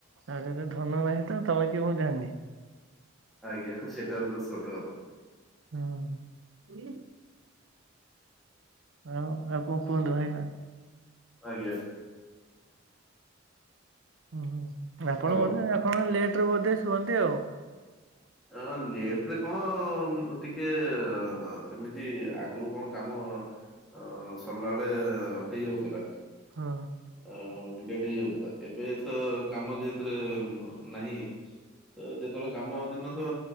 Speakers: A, on the right; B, in the centre.
A: ଆଉ ଯଦି ଧନ ନାହିଁ ତ ତମେ କିଏ ମୁଁ ଜାଣିନି।
B: ଆଜ୍ଞା ସେଟା ତ ସତକଥା
A: ହଁ ହଉ ଆଉ କଣ କୁହନ୍ତୁ ଭାଇନା
B: ଆଜ୍ଞା
A: ହୁଁ ହୁଁ ଆପଣ
B: ହ୍ୟାଲୋ।
A: ବୋଧେ ଆପଣ ଲେଟରେ ବୋଧେ ଶୁଅନ୍ତି ଆଉ।
B: ଅ ଲେଟ ରେ କଣ ଟିକେ ଏମିତି ଆଗରୁ କଣ କାମ ଅ ସରିଲା ବେଳେ ହେଇଯାଉଥିଲା।
A: ହଁ
B: ଆ ଲେଟ୍ ହେଇଯାଉଥିଲା ଏବେ ତ କାମ ଯେହେତରେ ନାହିଁ। ତ ଯେତେବେଳେ କାମ ଦିନ ତ